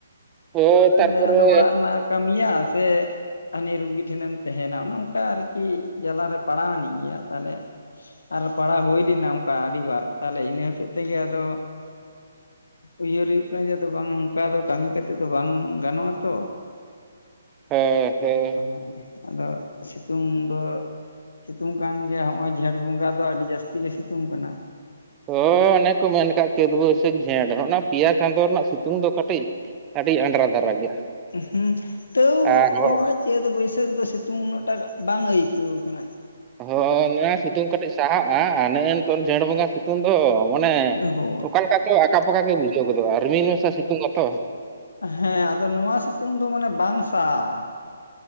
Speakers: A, on the right; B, on the left.
A: ᱦᱳᱭ ᱛᱟᱨᱯᱚᱨᱮ
B: ᱛᱟᱦᱚᱞᱮ ᱟᱫᱚ ᱚᱲᱟᱜ ᱨᱮᱱᱟᱜ ᱠᱟᱹᱢᱤᱭᱟ ᱥᱮ ᱦᱟᱱᱤ ᱨᱩᱜᱤ ᱴᱷᱮᱱᱮᱢ ᱛᱟᱦᱮᱱᱟ ᱚᱱᱮ ᱚᱱᱠᱟ ᱟᱨᱠᱤ ᱡᱟᱞᱟᱨᱮ ᱯᱟᱲᱟᱣᱱᱤᱡ ᱜᱮᱭᱟ ᱛᱟᱦᱚᱞᱮ ᱟᱨ ᱯᱟᱲᱦᱟᱣ ᱦᱩᱭ ᱞᱮᱱᱟ ᱚᱱᱠᱟ ᱟᱹᱰᱤᱵᱟᱨ ᱛᱟᱦᱚᱞᱮ ᱤᱱᱟᱹ ᱦᱚᱛᱮᱡ ᱛᱮᱜᱮ ᱟᱫᱚ ᱩᱭᱦᱟᱹᱨ ᱦᱩᱭᱩᱜ ᱠᱟᱱᱟ ᱡᱮ ᱟ ᱵᱟᱝ ᱱᱚᱝᱠᱟ ᱫᱚ ᱠᱟᱹᱢᱤ ᱠᱟᱛᱮᱜ ᱫᱚ ᱵᱟᱝ ᱜᱟᱱᱚᱜᱼᱟ ᱛᱚ
A: ᱦᱚ ᱦᱚ
B: ᱚ ᱟᱫᱚ ᱥᱤᱛᱩᱝ ᱫᱚ ᱥᱤᱛᱩᱝ ᱠᱟᱱ ᱜᱮᱭᱟ ᱦᱚᱸᱜ ᱚᱚᱭ ᱡᱷᱮᱸᱴ ᱵᱚᱸᱜᱟ ᱫᱚ ᱟᱹᱰᱤ ᱡᱟᱹᱥᱛᱤ ᱜᱮ ᱥᱤᱛᱩᱝ ᱠᱟᱱᱟ᱾
A: ᱦᱳᱭ ᱚᱱᱮ ᱠᱚ ᱢᱮᱱ ᱠᱟᱜ ᱞᱮᱠᱟᱛᱮ ᱵᱟᱹᱭᱥᱟᱹᱠᱷ ᱡᱷᱮᱸᱴ ᱚᱱᱟ ᱯᱮᱭᱟ ᱪᱟᱸᱫᱳ ᱨᱮᱱᱟᱜ ᱥᱤᱛᱩᱝ ᱫᱚ ᱠᱟᱹᱴᱤᱡ ᱟᱹᱰᱤ ᱟᱸᱰᱨᱟ ᱫᱷᱟᱨᱟ ᱜᱮᱭᱟ
B: ᱦᱩᱸ ᱛᱟ.
A: ᱟᱨ ᱦᱚᱲ
B: ᱣ ᱪᱟᱹᱛ ᱵᱟᱹᱭᱥᱟᱹᱠ ᱫᱚ ᱥᱤ ᱱᱛᱩ ᱩᱱᱟᱹᱜ ᱴᱟ ᱵᱟᱝ ᱟᱹᱭᱠᱟᱹᱣ ᱠᱟᱱᱟ
A: ᱦᱳᱭ ᱱᱚᱣᱟ ᱥᱤᱛᱩᱝ ᱠᱟᱹᱴᱤᱡ ᱥᱟᱦᱟᱜᱼᱟ ᱟᱨ ᱱᱮᱜᱼ ᱱᱤᱛᱚᱝ ᱡᱷᱮᱸᱴ ᱵᱚᱸᱜᱟ ᱥᱤᱛᱩᱝ ᱥᱤᱛᱩᱝ ᱫᱚ ᱢᱟᱱᱮ
B: ᱦᱳᱭ
A: ᱚᱠᱟ ᱠᱚ ᱟᱠᱟᱼ ᱯᱟᱠᱟ ᱜᱮ ᱵᱩᱡᱷᱟᱹᱣ ᱜᱚᱫᱚᱜᱼᱟ ᱨᱤᱢᱤᱱ ᱢᱮᱥᱟ ᱥᱤᱛᱩᱝ ᱟᱛᱚ
B: ᱦᱮᱸ ᱟᱫᱚ ᱱᱚᱣᱟ ᱥᱤᱛᱩᱝ ᱫᱚ ᱢᱟᱱᱮ ᱵᱟᱝ ᱥᱟᱦᱟᱜᱼᱟ